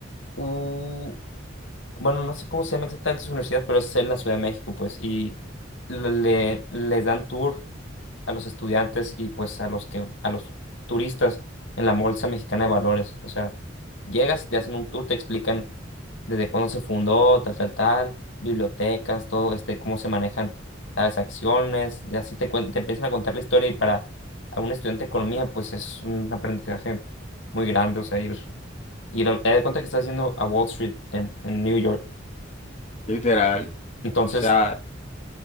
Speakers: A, on the left (about 70°); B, on the left (about 35°).
A: U, bueno, no sé cómo se llama exactamente su universidad, pero es en la Ciudad de México, pues, y le, le- les dan tour a los estudiantes y pues a los que, a los turistas en la Bolsa Mexicana de Valores. O sea, llegas, te hacen un tour, te explican desde cuándo se fundó, tal, tal, tal, bibliotecas, todo este, cómo se manejan las acciones, y así te, cuen- te empiezan a contar la historia y para a un estudiante de economía, pues es un aprendizaje muy grande, o sea, ir, ir al- te das cuenta que estás yendo a Wall Street en, en New York.
B: Literal.
A: Entonces,
B: O sea,